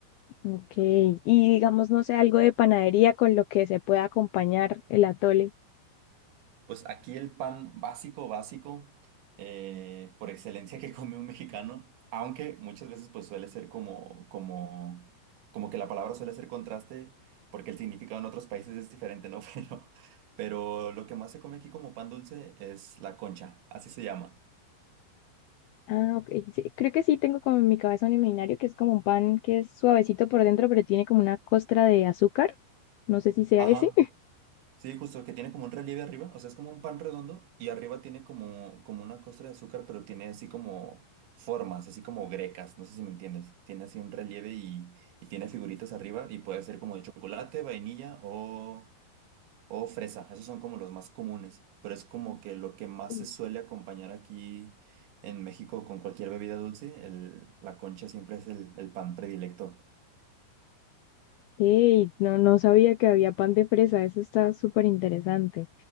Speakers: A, on the left (about 80°); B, on the right (about 80°).
A: Ok, y digamos, no sé, algo de panadería con lo que se pueda acompañar el atole.
B: Pues aquí el pan básico, básico, eh, por excelencia que <laughs> come un mexicano, aunque muchas veces pues suele ser como, como, como que la palabra suele ser contraste, porque el significado en otros países es diferente, ¿no? <laughs> Pero, pero lo que más se come aquí como pan dulce es la concha, así se llama.
A: Ah, ok, sí, creo que sí tengo como en mi cabeza un imaginario que es como un pan que es suavecito por dentro, pero tiene como una costra de azúcar. No sé si sea
B: Ajá.
A: ese.
B: Sí, justo que tiene como un relieve arriba, o sea, es como un pan redondo y arriba tiene como, como una costra de azúcar, pero tiene así como formas, así como grecas, no sé si me entiendes. Tiene así un relieve y, y tiene figuritas arriba y puede ser como de chocolate, vainilla o, o fresa. Esos son como los más comunes, pero es como que lo que más
A: <laughs>
B: se suele acompañar aquí en México con cualquier bebida dulce, el, la concha siempre es el, el pan predilecto.
A: Hey, no, no sabía que había pan de fresa, eso está súper interesante.